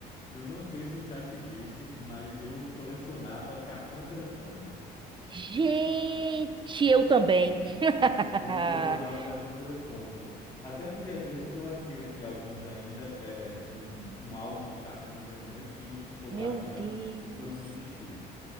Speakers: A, on the left; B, on the right.
A: eu não sei se eu já te disse, mas eu colecionava cartão telefônico.
B: Gente, eu também. <laughs>
A: Eu colecionava cartão telefônico. Até um dia desses eu achei aqui alguns ainda, é, um, um álbum de cartões ainda que ficou
B: Meu
A: guardado
B: Deus.
A: e que eu não me desfiz.